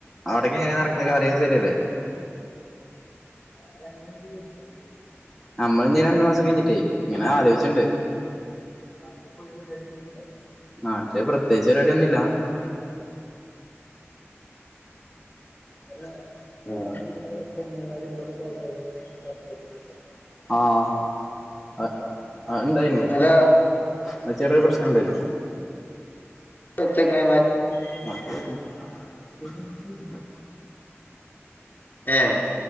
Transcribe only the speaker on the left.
<unintelligible>
ഏഹ്
അല്ല
പോ ചെങ്ങയിമാര്
ഏഹ്